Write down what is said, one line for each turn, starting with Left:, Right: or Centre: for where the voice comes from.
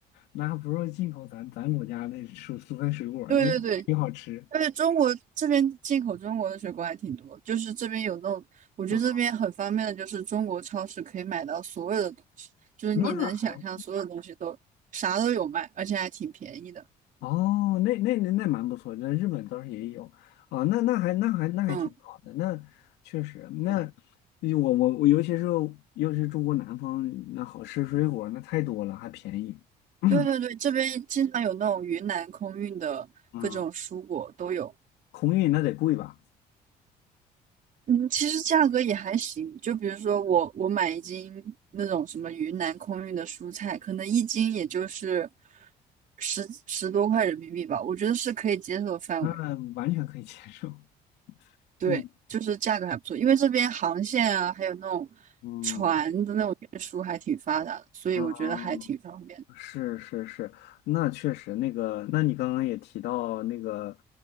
Left: 那不如进口咱咱国家那蔬蔬菜水果儿，
Right: 对对对，
Left: 那也好吃
Right: 而且中国这边进口中国的水果还挺多，就是这边有那种，我觉得这边很方便的，
Left: 啊，
Right: 就是中国超市可以买到所有的东西，就是你能想象所有东西都啥都有卖，
Left: 那还好。
Right: 而且还挺便宜的。
Left: 哦，那那那那蛮不错那日本倒是也有啊，那那还那还那还挺好的，
Right: 嗯，
Left: 那确实，那我我我尤其是尤其是中国南方，
Right: 对，
Left: 那好吃水果那太多了，还便宜，<clears throat>
Right: 对对对，这边经常有那种云南空运的各种蔬果都有。
Left: 啊，空运那得贵吧？
Right: 嗯，其实价格也还行。就比如说我我买一斤那种什么云南空运的蔬菜，可能一斤也就是十十多块人民币吧，我觉得是可以接受的范围。
Left: 那完全可以接受，
Right: 对，
Left: 嗯
Right: 就是价格还不错，因为这边航线啊，还有那种
Left: 嗯
Right: 船的那种运输还挺发达的，所以我觉得还挺方便
Left: 嗯，是是是，那确实那个，那你刚刚也提到那个，